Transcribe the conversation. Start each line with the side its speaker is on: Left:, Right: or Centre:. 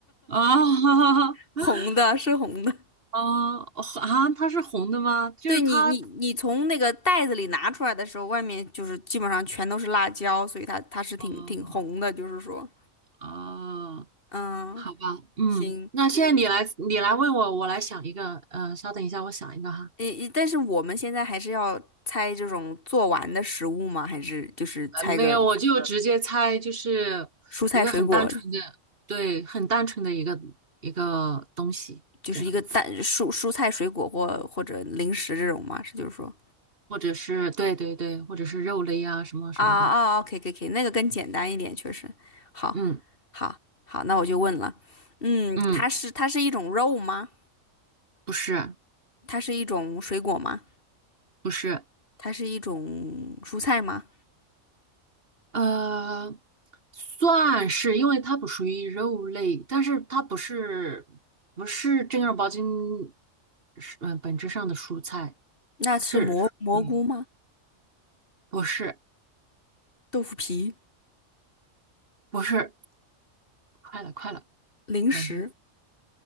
Right: 哦，
Left: 红的，
Right: <laughs>
Left: 是红的。
Right: 哦，啊，！它是红的吗？就是它，
Left: 对你，你你从那个袋子里拿出来的时候，外面就是基本上全都是辣椒，所以它它是挺挺红的，
Right: 哦，
Left: 就是说，
Right: 哦，
Left: 嗯，
Right: 好吧，嗯，
Left: 行，
Right: 那现在你来，你来问我，我来想一个，呃，稍等一下，我想一个哈，
Left: 诶，但是我们现在还是要猜这种做完的食物吗？还是就是猜个
Right: 呃，没有，我就直接猜，就是一个很单纯的，
Left: 蔬菜水果，
Right: 对，很单纯的一个一个东西，
Left: 就是一个蛋蔬蔬菜水果或或者零食这种吗？
Right: 这样子，
Left: 是就是说，
Right: 或者是，对对对，或者是肉类啊，什么什么的，
Left: 啊啊啊，可以可以可以，那个更简单一点，确实，好，
Right: 嗯。
Left: 好，好，那我就问了，嗯，
Right: 嗯，
Left: 它是它是一种肉吗？
Right: 不是，
Left: 它是一种水果吗？
Right: 不是，
Left: 它是一种蔬菜吗？
Right: 呃，算是，因为它不属于肉类，但是它不是不是正儿八经是嗯、呃本质上的蔬菜，
Left: 那是蘑蘑菇吗？
Right: 是嗯，不是
Left: 豆腐皮、
Right: 不是，快了快了，
Left: 零食，
Right: 感觉